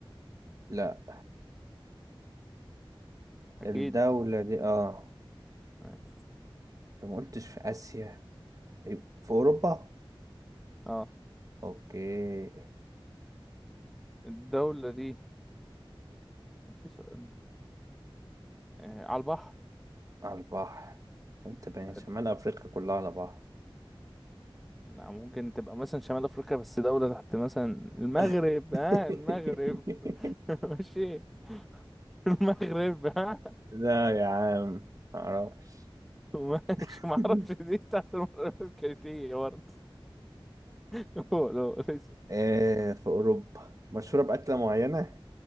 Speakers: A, on the right; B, in the centre.
A: لا
B: اكيد
A: الدولة دي آه
B: ماشي
A: أنت ما قلتش في آسيا يبقى في أوروبا؟
B: اه
A: أوكي
B: الدولة دي كان في سؤال آه على البحر
A: على البحر أنت بين
B: حلو.
A: شمال أفريقيا كلها على بعض
B: نعم ممكن تبقى مثلا شمال أفريقيا بس دولة تحت مثلا المغرب
A: <laughs>
B: ها آه المغرب <laughs> ماشي المغرب ها
A: لا يا عم معرفش
B: ماشي
A: <laughs>
B: معرفش دي تحت المغرب الكريتية برضه <laughs> هو لو ليس
A: آه في أوروبا مشهورة بأكلة معينة؟